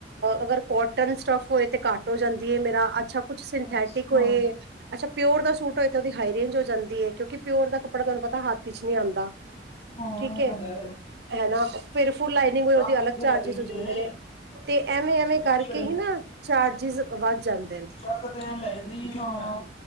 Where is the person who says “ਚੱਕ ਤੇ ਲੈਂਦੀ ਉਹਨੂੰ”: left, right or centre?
Left